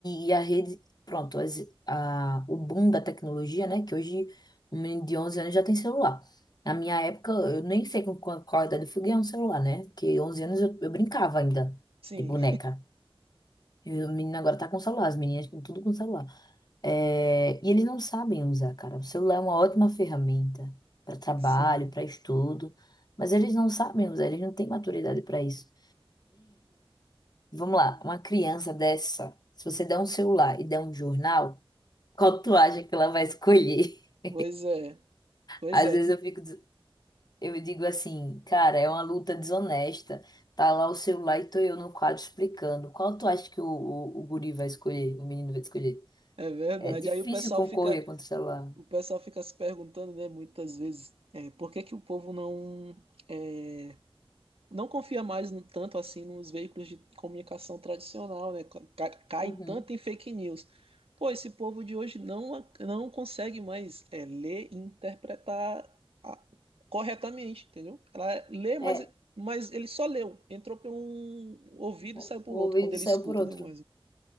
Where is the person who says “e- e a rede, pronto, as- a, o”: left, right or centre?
Left